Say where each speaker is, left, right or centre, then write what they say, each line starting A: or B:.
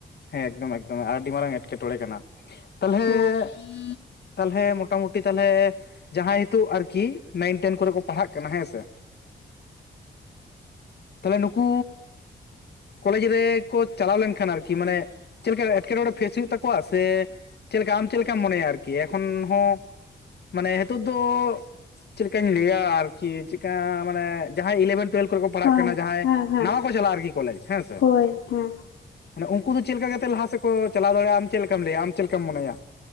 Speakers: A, on the left (about 55°); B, on the left (about 85°).
A: ᱦᱮᱸ ᱮᱠᱫᱚᱢ ᱮᱠᱫᱚᱢ ᱟᱹᱰᱤ ᱢᱟᱨᱟᱝ ᱮᱴᱠᱮᱴᱚᱬᱮ ᱠᱟᱱᱟ᱾ ᱛᱟᱞᱦᱮ
B: ᱦᱮᱸ
A: ᱛᱟᱞᱦᱮ ᱢᱚᱴᱟᱢᱩᱴᱤ ᱛᱟᱞᱦᱮ ᱡᱟᱦᱟᱭᱸ ᱱᱤᱛᱚᱜ ᱟᱨᱠᱤ ᱱᱟᱭᱤᱱ ᱴᱮᱱ ᱠᱚᱨᱮ ᱠᱚ ᱯᱟᱲᱦᱟᱜ ᱠᱟᱱᱟ ᱦᱮᱸ ᱥᱮ᱾
B: <unintelligible>
A: ᱛᱟᱦᱞᱮ ᱱᱩᱠᱩ ᱠᱚᱞᱮᱡᱽ ᱨᱮᱠᱚ ᱪᱟᱞᱟᱣ ᱞᱮᱱᱠᱷᱟᱱ ᱟᱨᱠᱤ ᱢᱟᱱᱮ ᱪᱮᱫᱞᱮᱠᱟ ᱮᱴᱠᱮᱴᱚᱬᱮ ᱯᱷᱮᱥ ᱦᱩᱭᱩᱜ ᱛᱟᱠᱚᱣᱟ ᱥᱮ ᱪᱮᱫ ᱞᱮᱠᱟ ᱟᱢ ᱪᱮᱫ ᱞᱮᱠᱟᱢ ᱢᱚᱱᱮᱭᱟ ᱟᱨᱠᱤ ᱮᱠᱷᱚᱱ ᱦᱚᱸ ᱢᱟᱱᱮ ᱱᱤᱛᱚᱜ ᱫᱚ ᱪᱮᱫ ᱞᱮᱠᱟᱧ ᱞᱟᱹᱭᱟ ᱟᱨᱠᱤ ᱪᱮᱜᱠᱟ ᱢᱟᱱᱮ ᱡᱟᱦᱟᱸᱭ ᱤᱞᱮᱵᱷᱮᱱ ᱴᱩᱭᱮᱞᱵᱷ ᱠᱚᱨᱮ ᱠᱚ ᱯᱟᱲᱦᱟᱜ
B: ᱦᱮᱸ
A: ᱠᱟᱱᱟ ᱡᱟᱦᱟᱸᱭ
B: ᱦᱮᱸ ᱦᱮᱸ
A: ᱱᱟᱣᱟ ᱠᱚ ᱪᱟᱞᱟᱜᱼᱟ ᱟᱨᱠᱤ ᱠᱚᱞᱮᱡᱽ ᱦᱮᱸ ᱥᱮ᱾
B: ᱦᱳᱭ ᱦᱮᱸ
A: ᱢᱟᱱᱮ ᱩᱝᱠᱩ ᱫᱚ ᱪᱮᱫ ᱞᱮᱠᱟ ᱠᱟᱛᱮ ᱞᱟᱦᱟ ᱥᱮᱫ ᱠᱚ ᱪᱟᱞᱟᱣ ᱫᱟᱲᱮᱜᱼᱟ, ᱟᱢ ᱪᱮᱫ ᱞᱮᱠᱟᱢ ᱞᱟᱹᱭᱟ ᱟᱢ ᱪᱮᱫ ᱞᱮᱠᱟᱢ ᱢᱚᱱᱮᱭᱟ?